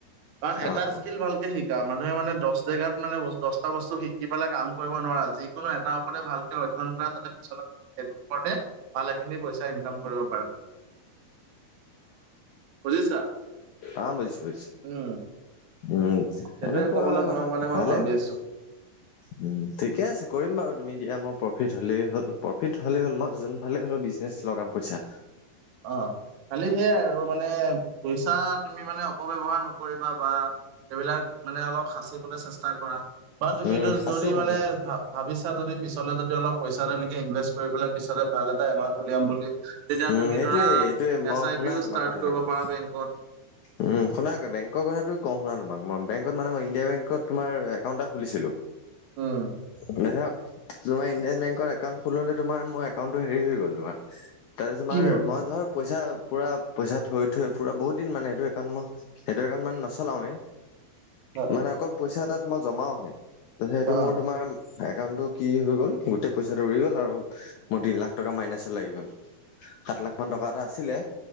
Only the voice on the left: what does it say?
অ', অ'।
আঁ, বুজিছো বুজিছোঁ।
উম,
এনেকুৱা
কথা
ভালেই
হয়।
উম, ঠিকে আছে কৰিম বাৰু তুমি দিয়া। মই প্ৰফিট হ'লেই হ'ল, প্ৰফিট হ'লে হ'ল মই যোনফালে হ'লো বিজ নেজ লগাম পইচা।
উম
খাচো
খাচো
উম
সেইটোয়ে
এইটোয়ে মই
শুনা
তোমাক
কথা এটা
কওঁ
উম, শুনাকে বেংকৰ কথাটো কওঁ শুনা তোমাক মই। বেংকত মানে মই ইণ্ডিয়া বেংকত তোমাৰ একাউণ্ট এটা খুলিছিলোঁ।
মানে হাঁ তুমি ইণ্ডিয়ান বেংকত এক্ একাউণ্ট খোলোতে তোমাৰ মোৰ একাউণ্টটো হেৰি হৈ গ'ল তোমাৰ তাৰপিছত তোমাৰ
মই ধৰ পইচা পুৰা পইচা থৈ থৈ পুৰা বহুত দিন মানে এইটো একাউণ্ট মোৰ সেইটো একাউণ্ট মানে নচলাওৱে।
মানে অকল পইচা তাত মই জমাওহে। সেইটো
মোৰ তোমাৰ একাউণ্টটো কি হৈ গ'ল? গোটেই পইচাটো উৰি গ'ল আৰু মোৰ তিনি লাখ টকা মাইনাচত লাগি গ'ল। সাত লাখ মান টকা এটা আছিলে।